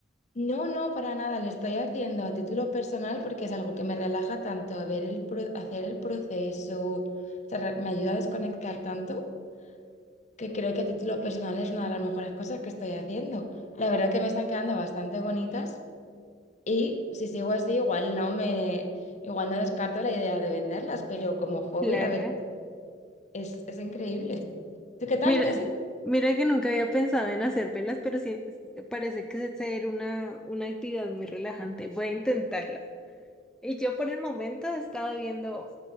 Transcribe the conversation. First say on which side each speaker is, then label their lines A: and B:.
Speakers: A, on the left; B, in the centre.
A: No, no, para nada. Lo estoy haciendo a título personal porque es algo que me relaja tanto, a ver el pro- hacer el proceso. O sea, re- me ayuda a desconectar tanto que creo que a título personal es una de las mejores cosas que estoy haciendo. La verdad que me están quedando bastante bonitas y si sigo así, igual no me, igual no descarto la idea de venderlas, pero como hobby,
B: Claro.
A: la verdad, es, es increíble. ¿Tú qué tal?
B: Mira,
A: ¿Qué haces?
B: mira que nunca había pensado en hacer velas, pero sí sí, parece que es ser una, una actividad muy relajante. Voy a intentarla. Y yo por el momento he estado viendo